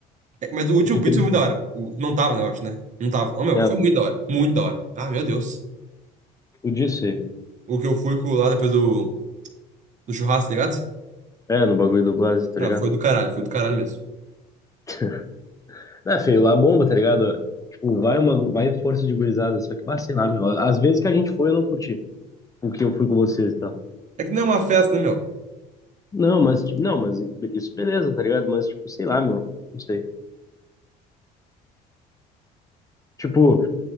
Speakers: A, on the right (about 45°); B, on the left (about 20°).
A: É, Mas o último
B: Tu
A: pito
B: tem.
A: foi muito da hora. O- Não tava, né, eu acho, né? Não tava. Ô, meu,
B: É,
A: foi muito da hora. Muito da hora. Ah, meu Deus.
B: tu disse aí.
A: O que eu fui com lá depois do, do churrasco, tá ligado?
B: É, no bagulho do Blase, tá
A: Não,
B: ligado?
A: foi do caralho, foi do caralho mesmo.
B: <laughs> É, feio, lá bomba, tá ligado? Tipo, vai uma, vai força de gurizada, só que, ah, sei lá, meu, às vezes que a gente foi, eu não curti, porque eu fui com vocês e tal.
A: É que não é uma festa, né, meu?
B: Não, mas, tipo, não, mas isso beleza, tá ligado? Mas, tipo, sei lá, meu, não sei. Tipo,